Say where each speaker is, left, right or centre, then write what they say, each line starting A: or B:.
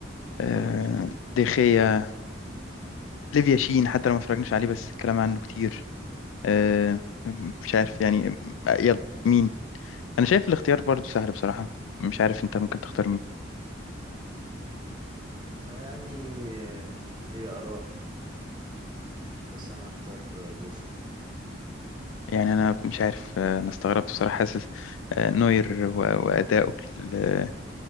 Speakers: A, on the left; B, on the right.
A: آه،
B: غيرهم كتير
A: ديخيا ليفيا شين حتى لو ما اتفرجناش عليه بس الكلام عنه كتير آه، مش عارف يعني
B: بالظبط
A: آه، يلا
B: يعني
A: مين انا شايف الاختيار برضو سهل بصراحة مش عارف انت ممكن تختار مين
B: آه، يعني آه، هي آراء بس انا هختار بوفون
A: يعني انا مش عارف آه، انا استغربت بصراحة حاسس آه، نوير و- واداؤه ل-